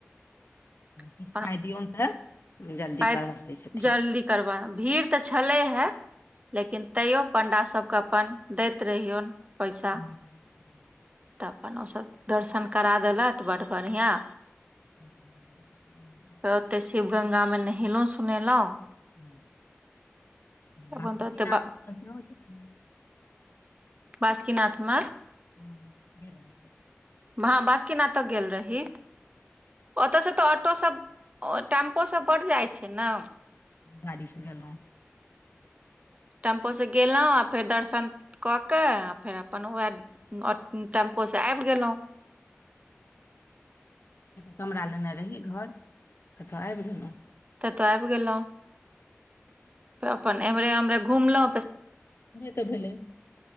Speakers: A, on the left; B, on the right.
A: किछ
B: अपन
A: पाय दियै तऽ <unintelligible> जल्दी
B: पाइ
A: करबा दै छथिन
B: जल्दी करबा भीड़ तऽ छले हे लेकिन तैयो पण्डासब के अपन दैत रहियौन पैसा
A: हँ
B: तऽ अपन ओसभ दर्शन करा देलत बड्ड बढ़ियाँ
A: <inaudible>
B: फेर ओतय शिव गंगा मे नहेलौं सुनेलौं
A: ह
B: अपन
A: बास
B: तऽ
A: ती
B: ओतय
A: लख त हो <unintelligible>
B: बासुकिनाथ मे
A: हँ गेल‌ए
B: हँ बासुकीनाथ तऽ गेल रही ओतऽसँ तऽ ऑटो सब टेम्पो सब बड्ड जाइ छै ने
A: गाड़ी से गेलोउ
B: टेम्पो से गेलहुँ आ फेर दर्शन तऽ क फेर अपन वहाँ टेम्पोसँ आबि गेलहुँ
A: कमरा लेने रही घर आबि गेलहुँ
B: ततौ आबि गेलहुँ अपन एमरे उमरे घुमलो
A: त भेलै